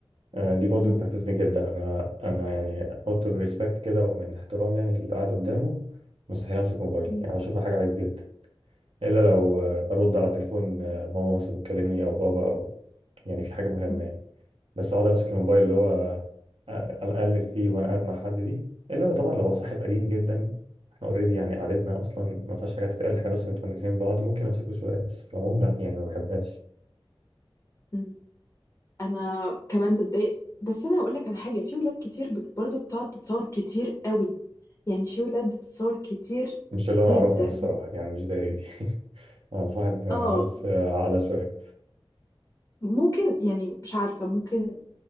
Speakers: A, on the right (about 75°); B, on the left (about 30°).
A: آه، دي برضو
B: م-
A: تنرفزني جدا انا انا يعني اوت اوف ريسبكت كده ومن احترام يعني اللي قاعد قدامه مستحيل امسك موبايلي
B: م-
A: يعني بشوفها حاجه عيب جدا الا لو آه، برد على تليفون آه، ماما مثلا بتكلمني او بابا او يعني في حاجه مهمه
B: م-
A: يعني بس اقعد امسك الموبايل اللي هو آه، اقلب فيه وانا قاعد مع حد دي الا لو طبعا لو هو صاحب قديم جدا احنا اوريدي يعني قعدتنا اصلا ما فيهاش حاجه تتقال احنا بس متونسين ببعض ممكن امسكه شويه بس في العموم لا يعني ما بحبهاش
B: م- انا كمان بتضايق بس انا هقول لك على حاجة في ولاد كتير بت- برضو بتقعد تتصور كتير قوي يعني في ولاد بتتصور كتير
A: مش اللي انا
B: جدا
A: اعرفهم الصراحه يعني مش دايرتي <laughs> أنا مصاحب ناس
B: اه
A: عاقلة شوية
B: ممكن يعني مش عارفة ممكن